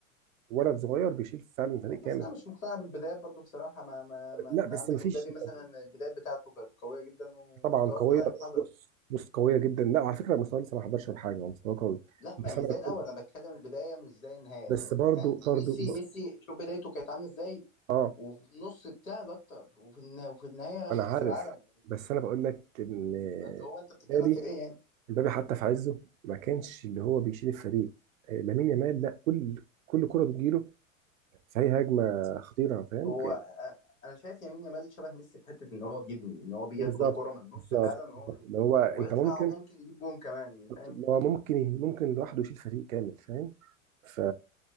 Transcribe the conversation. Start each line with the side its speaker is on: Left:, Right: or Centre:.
Right: ولد صغير بيشيل فعلا فريق كامل
Left: بس انا مش مقتنع بالبدايات برضو بصراحه ما, ما, ما
Right: لا
Left: انت
Right: بس
Left: عندك
Right: مفيش
Left: امبابي مثلا البدايات بتاعته كانت قويه جدا ومستواه
Right: طبعا قويه
Left: ابتدى ينحدر
Right: بص بص قويه جدا لا على فكره مستواه لسه ما حضرش ولا حاجه هو مستواه قوي
Left: لا
Right: بس
Left: ما مش
Right: انا
Left: زي
Right: بتكلم
Left: الاول انا بتكلم البدايه مش زي النهايه
Right: بس
Left: فاهم
Right: برضو
Left: يعني
Right: برضو
Left: ميسي
Right: ب...
Left: ميسي شوف بدايته كانت عامله ازاي
Right: اه
Left: وفي النص بتاع اكتر وفي النهايه وفي النهايه اخد
Right: انا عارف
Left: كاس العالم يعني
Right: بس انا بقول لك ان
Left: فاللي هو انت بتتكلم
Right: امبابي
Left: في ايه يعني
Right: امبابي حتى في عزه ما كانش اللي هو بيشيل الفريق آه، لامين يامال لا كل كل كره بتجيله فهي هجمه خطيره فاهم
Left: هو
Right: يعني
Left: أ- انا شايف يمين يامال شبه ميسي في حته ان هو بيبني ان هو بياخد
Right: بالظبط
Left: الكره من النص
Right: بالظبط
Left: فعلا
Right: بالظبط
Left: وهو
Right: اللي هو انت
Left: ويطلع
Right: ممكن
Left: وممكن يجيب جون كمان يعني فاهم
Right: اللي هو ممكن ممكن لوحده يشيل فريق كامل فاهم ف